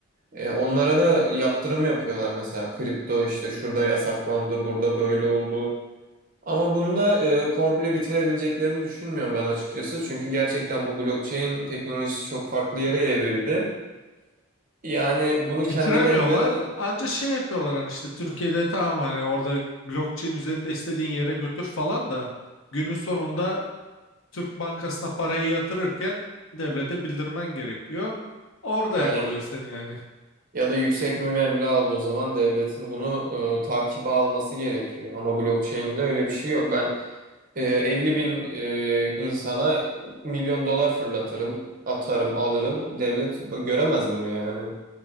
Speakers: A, on the right (about 40°); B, on the left (about 70°).
A: E, onlara da yaptırım yapıyorlar mesela kripto işte şurada yasaklandı, burada böyle oldu. Ama bunu da e, komple bitirebileceklerini düşünmüyorum ben açıkçası. Çünkü gerçekten bu blockchain teknolojisi çok farklı yere evrildi. Yani bunu
B: bitiremiyorlar.
A: kendi lehlerine
B: Anca şey yapıyorlar hani işte Türkiye'de
A: Hı.
B: tamam hani orada blockchain üzerinde istediğin yere götür falan da günün sonunda Türk Bankası'na parayı yatırırken devlete bildirmen gerekiyor. Orada
A: Aynen
B: yakalıyor seni yani.
A: Ya da yüksek bir meblağ olduğu zaman devletin bunu e, takibe alması gerekiyor. Ama blockchain'de öyle bir şey yok. Ben e, 50 bin e, insana milyon dolar fırlatırım, atarım, alırım. Devlet b- göremez bunu yani.